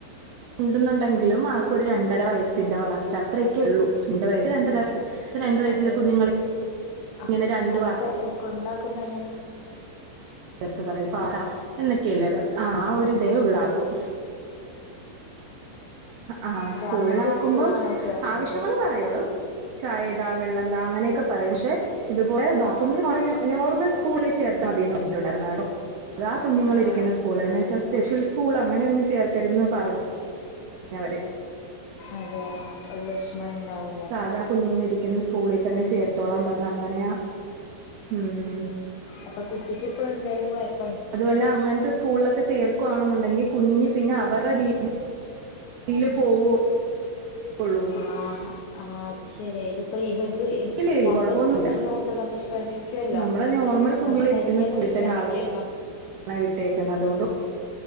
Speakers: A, on the right (about 65°); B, on the left (about 80°).
A: ഉണ്ടെന്നുണ്ടെങ്കിലും ആക്കൊ ഒരു രണ്ടര വയസ്സിന്റെ വളർച്ച അത്രയൊക്കെ ഉള്ളൂ രണ്ട വയ രണ്ടര വയസ് ഇപ്പ രണ്ട് വയസ്സിലെ
B: അതെയോ
A: കുഞ്ഞുങ്ങൾ
B: അപ്പൊ
A: ഇങ്ങനെ രണ്ട്
B: സ്കൂളൊക്കെ
A: വാക്ക
B: കൊണ്ടാക്കുമ്പോ എങ്ങനെ
A: നേർത്ത് പറയൂ പാട എന്നൊക്കെയല്ലേ ആഹ ആഹ ഒരിതേ
B: ആഹ്
A: ഉള്ളാക്കും
B: ആഹ്
A: ആഹ്
B: അതെ
A: സ്കൂളിൽ
B: അങ്ങനത്തെ
A: ആക്കുമ്പം
B: സ്കൂളാണോ ചേർത്തത്
A: ആവശ്യങ്ങള് പറയളൂ ചായതാ വെള്ളം താ അങ്ങനെയൊക്കെ പറയും പക്ഷെ ഇതുപോല ബാത്റൂമ നോർമൽ സ്കൂളിൽ ചേർത്ത് മതിയന്ന് പറഞ്ഞിട്ടുണ്ടായിരുന്ന കേട്ടോ അതാ കുഞ്ഞുങ്ങൾ
B: ആഹ്
A: ഇരിക്കുന്ന
B: ആഹ്
A: സ്കൂൾ എന്ന വച്ചാൽ സ്പെഷ്യൽ സ്കൂൾ അങ്ങന ഒന്നും ചേർക്കരുതെന്ന് പറഞ്ഞു ഞ്ഞവര്
B: അത ഒരു വിഷമം ആയി ഉണ്ടാവ
A: സാധാ കുഞ്ഞുങ്ങൾ ഇരിക്കുന്ന സ്കൂളിൽ തന്നെ ചേർത്തോളാൻ പറഞ്ഞു അങ്ങനെയാ ഉം
B: അപ്പൊ കുട്ടിക്ക് ഇപ്പ എന്തായാലും കുഴപ്പ
A: അതുവല്ലെ അങ്ങനത്തെ സ്കൂളിലൊക്കെ ചേർക്കുവാണെന്നുണ്ടെങ്കിൽ കുഞ്ഞ് പിന്നെ അവരെ <unintelligible> യില് പോവോള്ളൂ
B: ആഹ് ആഹ് അത് ശരിയ ഇതിപ്പോ ഇവര്
A: ഇല്ല
B: സാധാ
A: കുഴപ്പൊന്നുമില്ല
B: സ്കൂൾ പഠിക്കുന്ന കുട്ടികള് തമ്മിൽ ശ്രമിക്കുവല്ലോ
A: നമ്മളെ നോർമൽ കുഞ്ഞുങ്ങൾ
B: സംസാരിക്കാനൊക്കെ
A: ഇരിക്കുന്ന സ്കൂളിൽ തന്നെ
B: ശ്രമിക്കുവല്ലോ
A: ആളെ <unintelligible> വിട്ടേക്കുന്നത് കൊണ്ടും